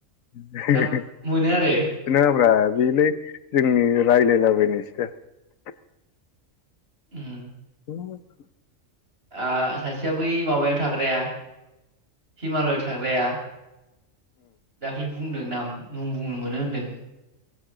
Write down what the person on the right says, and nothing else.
ना मोनो आरो
उम
आ सासेया बै माबायाव थाग्राया हिमालय थाग्राया दाख्लि बुंदों नाम बुंनो मोनो होनदों।